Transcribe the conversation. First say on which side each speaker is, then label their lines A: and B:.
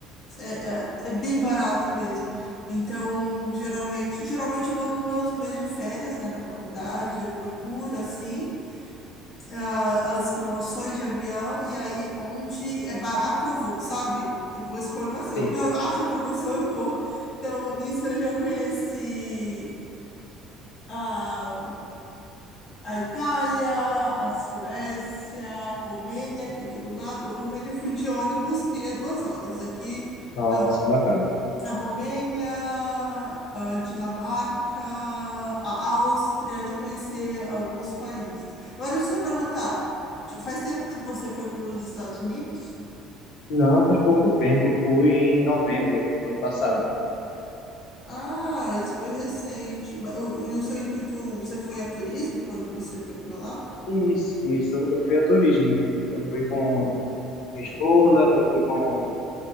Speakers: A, on the left; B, on the left.
A: É, é, é bem barato mesmo. Então, geralmente, geralmente eu vou nos meus meses de férias, né, da faculdade, eu procuro assim a- as promoções de avião e aí onde é barato eu vou, sabe? Eu vou escolher assim,
B: Sim.
A: onde eu acho a promoção eu vou. Então, nisso eu já conheci a, a Itália, a Suécia, a Romênia, que é aqui do lado. A Romênia eu fui de ônibus, que é duas horas. Aqui,
B: Nossa,
A: a,
B: que bacana.
A: a Romênia, a Dinamarca, a Áustria, eu já conheci alguns países. Agora, deixa eu só perguntar, já faz tempo que você foi para os Estados Unidos?
B: Não, faz pouco tempo. Eu fui em novembro do ano passado.
A: Ah, isso foi recente. Mas o- o- E o seu intuito, você foi a turismo quando você foi para lá?
B: Isso, isso. Eu fui a turismo. Eu fui com minha esposa, eu fui com